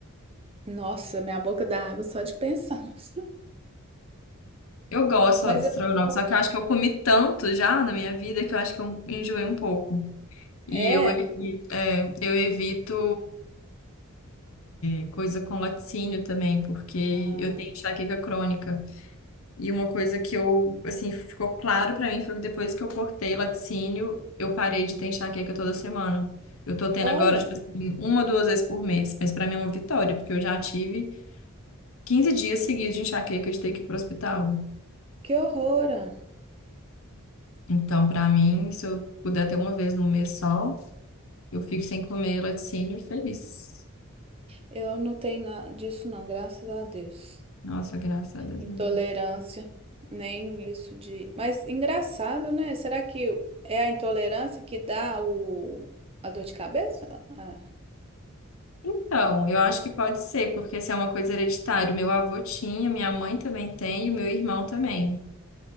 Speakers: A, on the right (about 25°); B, on the left (about 65°).
A: Nossa, minha boca dá água só de pensar. <laughs>
B: Eu gosto
A: Mas
B: de
A: eu
B: estrogonofe,
A: sou.
B: só que eu acho que eu comi tanto já na minha vida que eu acho que eu enjoei um pouco. E
A: É.
B: eu evito, é, eu evito é, coisa com laticínio também, porque
A: Ah,
B: eu tenho enxaqueca crônica. E uma coisa que eu, assim, ficou claro pra mim foi que depois que eu cortei laticínio, eu parei de ter enxaqueca toda semana. Eu tô tendo
A: olha,
B: agora, tipo assim, uma, duas vezes por mês. Mas pra mim é uma vitória, porque eu já tive 15 dias seguidos de enxaqueca de ter que ir pro hospital.
A: que horror, Ana.
B: Então, para mim, se eu puder ter uma vez no mês só, eu fico sem comer laticínio feliz.
A: Eu não tenho nada disso, não, graças a Deus.
B: Nossa, graças a Deus
A: Intolerância,
B: mesmo.
A: nem isso de. Mas engraçado, né? Será que é a intolerância que dá o... a dor de cabeça? Ah,
B: Então, eu acho que pode ser, porque se é uma coisa hereditária, meu avô tinha, minha mãe também tem e o meu irmão também.